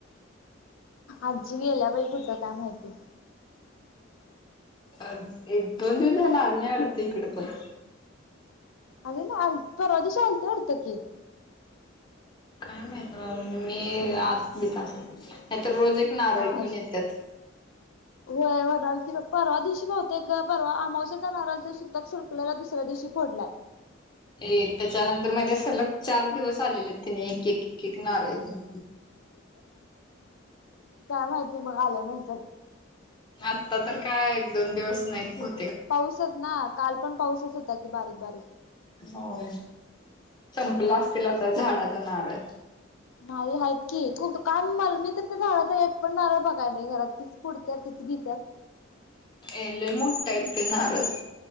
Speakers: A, on the left; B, on the left.
A: आजी गेल्या बई कुठं काय माहिती.
B: अ एक दोन दिवस झाल आल नाही वाटतं इकड पण.
A: आली नाय? आल परवादिवशी आलती वाटतं की.
B: काय माहित मी आत बित असल. नाहीतर रोज एक नारळ
A: हा.
B: घेऊन येतात.
A: होय म्हणालती ग परवादिशी बहुतेक गं परवा आमावश्याचा नारल ते सुतक संपलेल्या दुसऱ्या दिवशी फोडलाय.
B: ए त्याच्यानंतर माहितीय, सलग चार दिवस आलेले तिने एकएक एकएक नारळ घेऊन.
A: काय माहिती मग आल्यानंतर
B: आता तर काय एक दोन दिवस नाहीत बहु
A: पाऊसच ना, काल पण पाऊसच होता की बारीक बारीक.
B: होय. संपला
A: त्यामुळे आले
B: असतील
A: नसेल
B: आता झाडाचा नारळ.
A: नाही आहेत की. खूप काय मल मी तर त्या झाडचा एक पण नारळ बघाय नाही घरात तीच पुडत्या तीच घी
B: ए लई मोठ हायत ते नारळ.